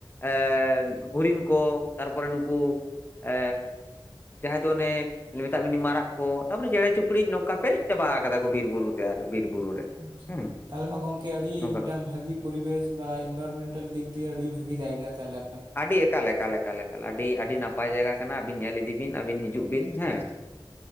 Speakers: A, on the left (about 25°); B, on the right (about 55°).
A: ᱮᱸᱻ ᱦᱚᱨᱤᱱ ᱠᱚ ᱛᱟᱨᱯᱚᱨᱮ ᱱᱩᱠᱩ ᱮᱻ ᱡᱟᱦᱟᱸᱭ ᱫᱚ ᱚᱱᱮ ᱢᱮᱛᱟᱜ ᱵᱤᱱᱤ ᱢᱟᱨᱟᱜ ᱠᱚ, ᱛᱟᱨᱯᱚᱨᱮ ᱪᱮᱬᱮ, ᱪᱩᱯᱲᱤ ᱱᱚᱝᱠᱟ ᱯᱮᱨᱮᱡ ᱪᱟᱵᱟ ᱠᱟᱫᱟ ᱠᱚ ᱵᱤᱨ ᱵᱩᱨᱩ ᱛᱮ ᱟᱨ ᱵᱤᱨ ᱵᱩᱨᱩ ᱨᱮ᱾
B: ᱟᱪᱪᱷᱟ
A: ᱦᱩᱸ
B: ᱛᱟᱦᱚᱞᱮ ᱢᱟ ᱜᱚᱝᱠᱮ ᱟᱹᱰᱤ
A: ᱱᱚᱝᱠᱟᱱᱟᱜ
B: ᱢᱤᱫᱴᱟᱝ ᱵᱷᱟᱹᱜᱤ ᱯᱚᱨᱤᱵᱮᱥ ᱵᱟ ᱤᱱᱵᱷᱟᱭᱨᱚᱢᱮᱱᱴᱟᱞ ᱫᱤᱠ ᱫᱤᱭᱮ ᱟᱹᱰᱤ ᱵᱷᱟᱜᱤ ᱡᱟᱭᱜᱟ ᱛᱟᱦᱞᱮ᱾
A: ᱟᱹᱰᱤ ᱮᱠᱟᱞ ᱮᱠᱟᱞ ᱮᱠᱟᱞ ᱮᱠᱟᱞ ᱟᱹᱰᱤ ᱟᱹᱰᱤ ᱱᱟᱯᱟᱭ ᱡᱟᱭᱜᱟ ᱠᱟᱱᱟ ᱟᱹᱵᱤᱱ ᱧᱮᱞ ᱤᱫᱤ ᱵᱤᱱ ᱟᱹᱵᱤᱱ ᱦᱤᱡᱩᱜ ᱵᱤᱱ ᱦᱮᱸ᱾